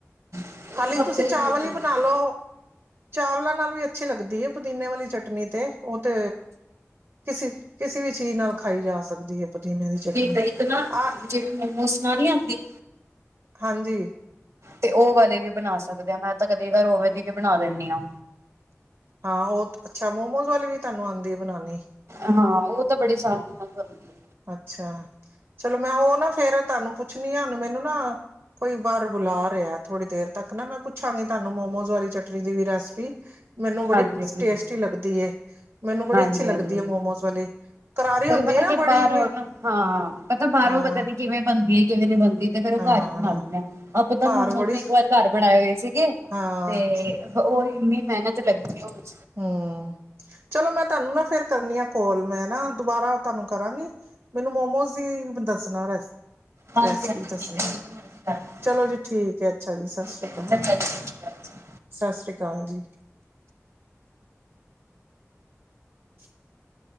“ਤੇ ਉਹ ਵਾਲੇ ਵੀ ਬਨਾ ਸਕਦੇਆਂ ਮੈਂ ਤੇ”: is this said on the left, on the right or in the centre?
Right